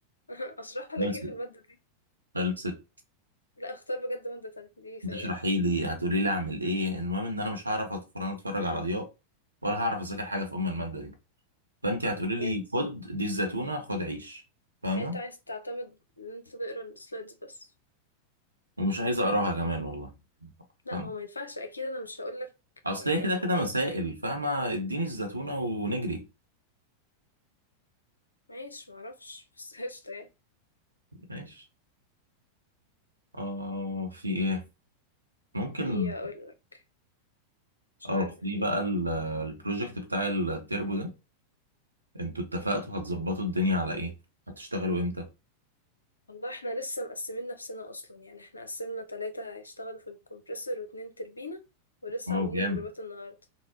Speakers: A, on the left; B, on the right.
A: <laughs> أشرح لك
B: خلصت
A: إيه في المادة
B: خلصت
A: لا اختار بجد مادة تانية دي سيئة
B: هتشرحي لي هتقولي لي اعمل ايه المهم ان انا مش هعرف ادخل انا اتفرج على ضياء ولا هعرف اذاكر حاجة في ام المادة دي فانت هتقولي لي
A: يعني
B: خد دي الزيتونه خد عيش فاهمه
A: يعني انت عايز تعتمد ان انت تقرا السلايدز بس
B: ومش عايز اقراها كمان والله
A: لا
B: فاهم
A: ما هو ما ينفعش اكيد انا مش هقولك
B: اصل
A: يعني
B: هي كده كده مسائل فاهمه اديني الزيتونه ونجري
A: ماشي معرفش بس <laughs> قشطة يعني
B: ماشي اه في ايه ممكن
A: في ايه هقولك مش
B: اه
A: عارفة
B: في
A: في ايه
B: بقى
A: تاني
B: ال- البروجكت بتاع التربو ده انتوا اتفقتوا هتظبطوا الدنيا على ايه هتشتغلوا امتى
A: والله احنا لسه مقسمين نفسنا اصلا يعني احنا قسمنا تلاتة هيشتغلوا في الكمبريسور واتنين تربينة ولسه
B: اه
A: عاملين
B: جامد
A: جروبات النهاردة